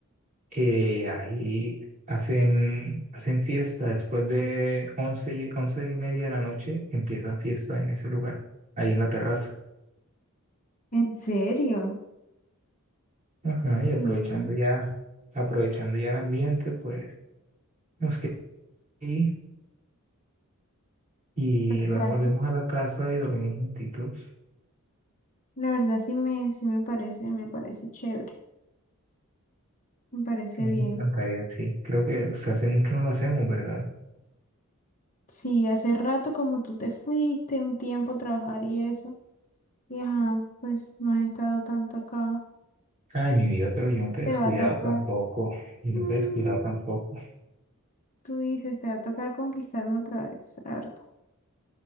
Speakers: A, on the right; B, on the left.
A: eh, ahí hacen, hacen fiesta después de once y, once y media de la noche, empieza fiesta en ese lugar, ahí en la terraza.
B: ¿En serio?
A: Ajá, y
B: Sí,
A: aprovechando ya, aprovechando ya el ambiente, pues nos quedamos ahí y
B: la verdad,
A: luego volvemos
B: sí.
A: a la casa y dormimos juntitos.
B: La verdad sí me, sí me parece, me parece chévere. Me parece
A: A mí
B: bien.
A: me encantaría, sí. Creo que, o sea, hace mucho no lo hacemos, ¿verdad?
B: Sí, hace rato como tú te fuiste un tiempo a trabajar y eso. Y ajá, pues no has estado tanto acá.
A: Ay, mi vida, pero yo no te he descuidado
B: Te va a tocar.
A: tampoco. Yo
B: mm,
A: no te he descuidado tampoco.
B: tú dices, te va a tocar conquistarme otra vez, la verdad.